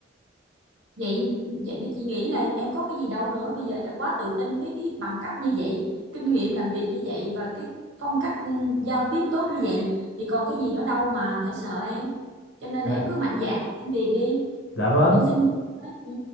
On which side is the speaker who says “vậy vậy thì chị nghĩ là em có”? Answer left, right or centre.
Right